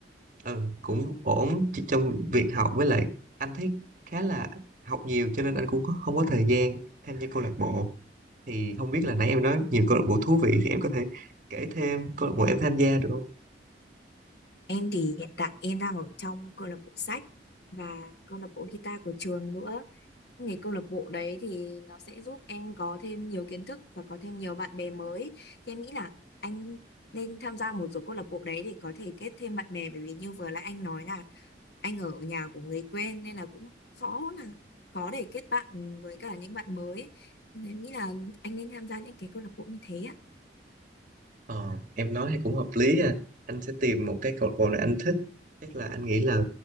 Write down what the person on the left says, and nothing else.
Em thì hiện tại em đang ở trong câu lạc bộ sách và câu lạc bộ guitar của trường nữa. Nghề câu lạc bộ đấy thì nó sẽ giúp em có thêm nhiều kiến thức và có thêm nhiều bạn bè mới. Thì em nghĩ là anh nên tham gia một số câu lạc bộ đấy để có thể kết thêm bạn bè bởi vì như vừa nãy anh nói là anh ở nhà của người quen nên là cũng khó là khó để kết bạn với cả những bạn mới. ấy. Nên là em nghĩ là anh nên tham gia những cái câu lạc bộ như thế ạ.